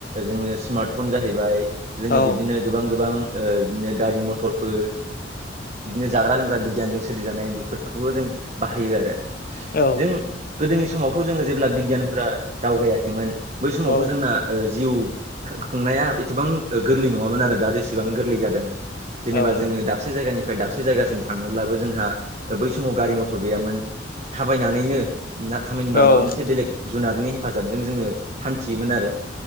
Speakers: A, on the right; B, on the left.
A: जोङो स्मार्ट फन जाहैबाय जोङो
B: औ
A: बिब्दिनो गोबां गोबां ओ बिदिनो गारि मथरफोर बिब्दिनो जाग्रा लोंग्रा बिगियानजों सोरजिजानाय बेफोरखौबो जों बाहायो आरो जों
B: औ
A: गोदोनि समावथ जोङो जेब्ला बिगियानफोरा दावगायाखैमोन बै समावथ
B: औ
A: जोंना ओ जिउ खुंनाया एसेबां गोरलै नङामोन आरो दा जेसेबां गोरलै जादों। जेनेबा
B: औ
A: जोङो दाबसे जायगानि फ्राय दाबसे जायगासिम थांनोब्लाबो जोंहा बै समाव गारि मथर गैयामोन। थाबायनानैनो ना थामहिनबा
B: औ
A: माबा मोनसे बेलेग जुनारनि हेफाजाबजों जोङो हान्थियोमोन आरो